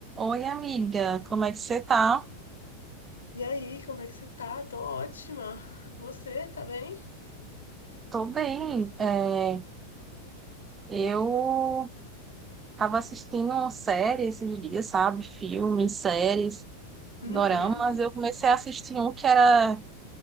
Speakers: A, on the right; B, on the left.
A: Oi, amiga, como é que você tá?
B: E aí, como é que você tá? Tô ótima. Você, tá bem?
A: Tô bem. É, eu tava assistindo uma série esses dias, sabe? Filmes, séries,
B: Uhum.
A: doramas. Eu comecei a assistir um que era